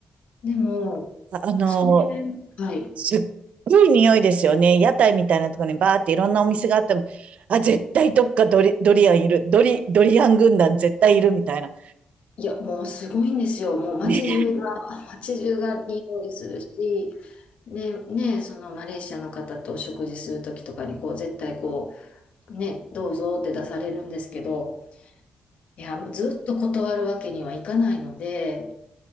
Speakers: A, on the left; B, on the right.
A: でも、
B: あの、
A: うんはい。
B: すっごい匂いですよね。屋台みたいなところにバーっていろんなお店があっても、あ、絶対どっかドリ、ドリアンいる。ドリ、ドリアン軍団絶対いるみたいな。
A: いや、もうすごいんですよ。もう街中が、
B: ね、
A: 街中が匂いするし、ね、ね、そのマレーシアの方とお食事するときとかに、こう、絶対こう、ね、どうぞって出されるんですけど、いや、ずっと断るわけにはいかないので、